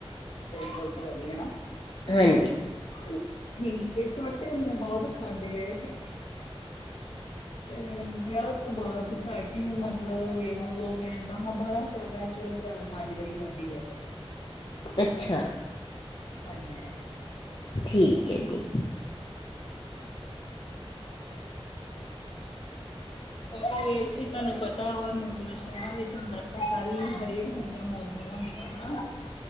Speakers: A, on the left; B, on the left.
A: ਅੱਛਾ ਜੀ ਦੁੱਧ ਵਾਲੀ ਹਨਾ
B: ਹਾਂਜੀ
A: ਹਾਂਜੀ ਠੀਕ ਏ ਛੋਟੇ ਹੁੰਦੇ ਬਹੁਤ ਖਾਂਦੇ ਰਹੇ ਅਸੀਂ ਤੇ ਵਿਆਹ ਤੋਂ ਬਾਅਦ ਘੱਟ ਹੀ ਆ ਮਤਲਬ ਇਹਨੂੰ ਮੈਂਦਾ ਹਾਂ ਬਾਰਾ ਕਰਨਾ ਚੋਂ ਉਹ ਚਾਰ ਪੰਜ ਵਾਰੀ ਖਦੀ ਬਸ
B: ਅੱਛਾ
A: ਹਾਂਜੀ।
B: ਠੀਕ ਹੈ ਜੀ
A: <unintelligible> ਇਹ ਸੀ ਤੁਹਾਨੂੰ ਪਤਾ ਮਤਲਬ ਸ਼ਹਿਰਾਂ ਵਿੱਚ ਹੁੰਦਾ ਸਾਰੀ ਹਰੇਕ ਚੀਜ਼ਾਂ ਬੋਲਦੀਆਂ ਹੁੰਦੀਆਂ ਹਨਾ